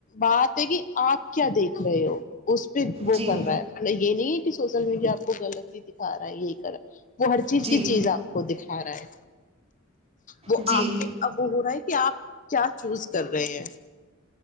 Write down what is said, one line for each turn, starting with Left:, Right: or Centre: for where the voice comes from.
Left: بات ہے کہ آپ کیا دیکھ رہے ہو اس پہ وہ
Right: جی
Left: کر رہا ہے مطلب یہ نہیں سوشل میڈیا آپ کو غط ہے دکھا رہا ہے یہی کرا وہ ہر چیز
Right: جی
Left: کی چیز آپ کو دکھا رہا ہے وہ
Right: جی
Left: آپ کے اب وہ ہو رہا ہے کہ آپ کیا چوز کر رہے ہیں